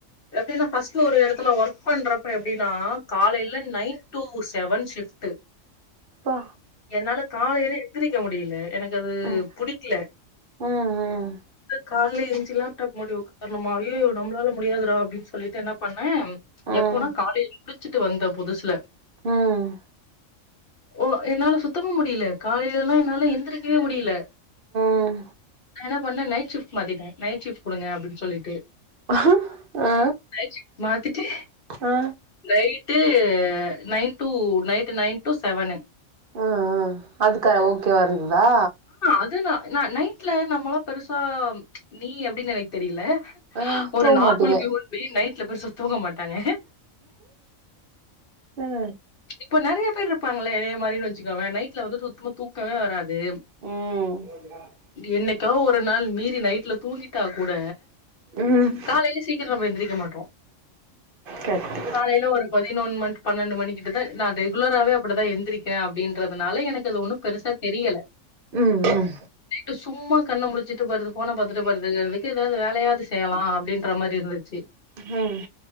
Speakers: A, on the left; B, on the right.
A: எப்டினா ஃபஸ்ட்டு ஒரு எடத்துல ஒர்க் பண்றப்ப எப்டினா காலைல நைன் டு செவன் ஷிஃப்ட்டு
B: அப்பா
A: என்னால காலைல எந்திரிக்க முடியல எனக்கு அது
B: ம்
A: புடிக்ல
B: ம் ம்
A: காலைல எந்ச்சு லேப்டாப் முன்னாடி ஒக்காரனுமானு நம்மளால முடியாதுடா அப்டின் சொல்லிட்டு என்ன பண்ணே
B: ம்
A: எப்போனா காலேஜ் முடுச்சிட்டு வந்த புதுசுல
B: ம்
A: ஒ என்னால சுத்தமா முடியல காலைலலா என்னால எந்திரிக்கவே முடியல
B: அம்
A: நா என்ன பண்ணே நைட் ஷிஃப்ட் மாத்திட்டே நைட் ஷிஃப்ட் குடுங்க அப்டின் சொல்லிட்டு
B: ஆ
A: நைட் ஷிஃப்ட் மாத்திட்டு
B: ஆ
A: night nine to night nine to seven
B: ம் ம் அதுக்கா ஓகேவா இருந்ததா
A: அதுதா நா நைட்ல நம்மலா பெருசா நீ எப்டின்னு எனக்கு தெரிய்ல
B: ஆ
A: ஒரு
B: தூங்க
A: நார்மல்
B: மாட்டீங்க
A: ஹியூமன்பியிங் நைட்ல பெருசா தூங்க மாட்டாங்க
B: அ
A: இப்ப நெறைய பேரு இருப்பாங்கள என்னைய மாரின் வச்சுக்கோவே நைட்ல வந்துட்டு து து தூக்கமே வராது
B: ம்
A: என்னைக்கா ஒரு நாள் மீறி நைட்ல தூங்கிட்டா கூட
B: ம்
A: காலைல சீக்கிர நம்ம எந்திரிக்க மாட்டோ
B: கத்து
A: காலேல ஒரு பதினொன் மண் பன்னெண்டு மணி கிட்டதா நா ரெகுலராவே அப்பிடிதா எந்திரிக்கிறே அப்டின்றதுனால எனக் கு அது ஒன்னு பெருசா தெரியல
B: ம் ம்
A: டு சும்மா கண்ண முழிச்சுட்டு படுது போன பாத்துட்டு படுத்துகறதுக்கு ஏதாவது வேலயாவது செய்யலா அப்டின் ற மாரி இருந்துச்சு
B: ம்